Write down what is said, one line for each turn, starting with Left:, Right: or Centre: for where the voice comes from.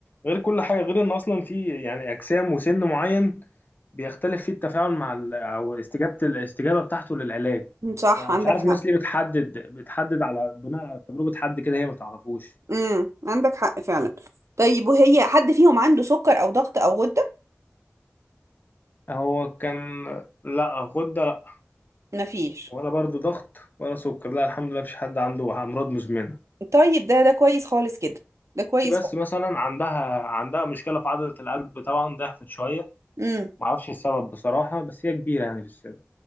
Left: غير كل حاجة غير ان اصلا في يعني اجسام وسن معين بيختلف فيه التفاعل مع ال... او استجابه الاستجابه بتاعته للعلاج
Right: صح
Left: فمش
Right: عندك
Left: عارف الناس
Right: حق
Left: ليه بتحدد بتحدد على بناء على تجربه حد كده هي ما تعرفوش
Right: امم عندك حق فعلا طيب وهي حد فيهم عنده سكر او ضغط او غدة
Left: هو كان لا غده لا
Right: مفيش
Left: ولا برضه ضغط ولا سكر لا الحمد لله مفيش حد عنده امراض مزمنه
Right: طيب ده ده كويس خالص كده ده كويس
Left: بس
Right: خالص
Left: مثلا عندها عندها مشكله في عضله القلب طبعا ضعفت شويه
Right: امم
Left: معرفش السبب بصراحه بس هي كبيره يعني في السن